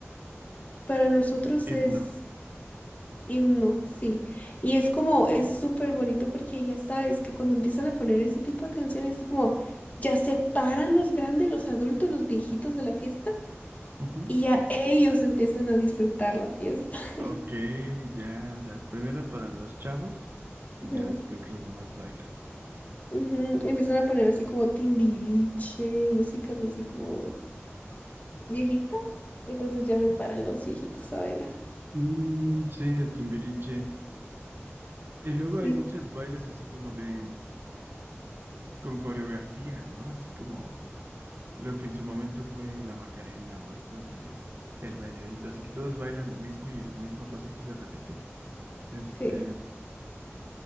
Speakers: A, on the left; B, on the right.
A: para nosotros
B: Himno.
A: es himno, sí. Y es como, es súper bonito porque ya sabes que cuando empiezan a poner ese tipo de canciones es como, ya se paran los grandes, los adultos, los viejitos de la fiesta
B: Ujú.
A: y ya ellos empiezan a disfrutar la fiesta. <laughs>
B: Ok, ya, o sea, primero para los chavos y
A: Ujú,
B: ya después los demás bailan.
A: ujú. Y Empiezan a poner así como timbiriche y músicas así como viejita. Y entonces ya se paran los viejitos a bailar.
B: Mm, sí, de Timbiriche. Y luego
A: Sí,
B: hay muchas bailes así como de, con coreografía, ¿no? Así como lo que en su momento fue la Macarena o estas de El Meneadito. Así que todos bailan lo mismo y el mismo pasito se repite. Este,
A: sí.